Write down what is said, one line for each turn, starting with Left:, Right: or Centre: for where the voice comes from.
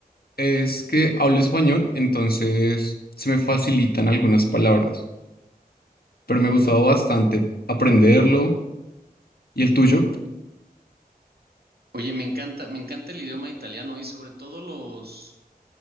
Left: es que hablo español, entonces se me facilitan algunas palabras, pero me ha gustado bastante aprenderlo. ¿Y el tuyo?
Right: Oye, me encanta, me encanta el idioma italiano y sobre todo los,